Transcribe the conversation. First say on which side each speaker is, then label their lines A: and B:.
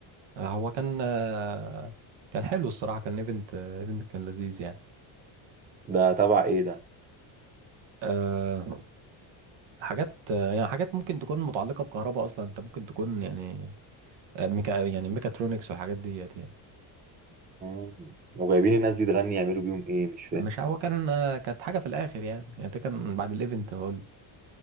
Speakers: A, on the right; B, on the right.
A: آه، هو كان آه، كان حلو الصراحة كان ايفنت آه، ايفنت كان لذيذ يعني
B: ده تبع ايه ده
A: أه حاجات آه، يعني حاجات ممكن تكون متعلقة بكهرباء أصلا أنت ممكن تكون يعني آه، ميكا يعني ميكاترونكس والحاجات ديت يعني
B: مم. وجايبين الناس دي تغني يعملوا بيهم ايه مش فاهم
A: مش هو كان آه، كانت حاجة في الآخر يعني يعني ده كان بعد الايفنت هقول